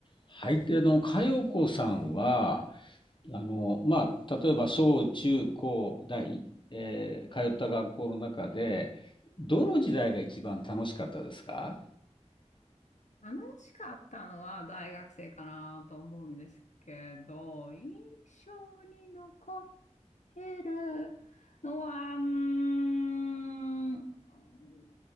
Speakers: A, on the left (about 40°); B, on the left (about 75°).
A: はい。で、あの、佳代子さんは、あの、まあ、例えば小中高大、えー通った学校の中で、どの時代が一番楽しかったですか
B: 楽しかったのは大学生かなと思うんですけど、印象に残ってるのは、うーん、